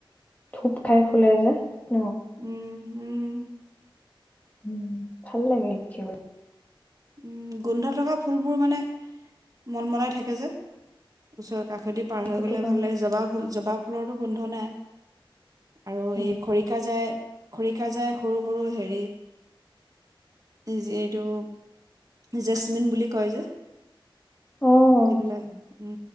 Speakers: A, on the left; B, on the right.
A: ধূপ খাই ফুলে যে, ন?
B: উম উম।
A: উম ভাল লাগে দেি
B: উম গোন্ধ থকা ফুলবোৰ মানে মলমলাই থাকে যে ওচৰে কষ খেতি পাৰ
A: সেইটো
B: হৈ গ'লে
A: কাৰণে
B: ভাল লাগে জবাব ফুল জবাব ফলৰো গোন্ধ নাই। আৰু
A: উম,
B: এই খৰিকাজাই খৰিকা যাই সৰু সৰু হেৰি যিটো জেছমিন বুলি কয় যে।
A: অ',
B: সেইবিলাক উ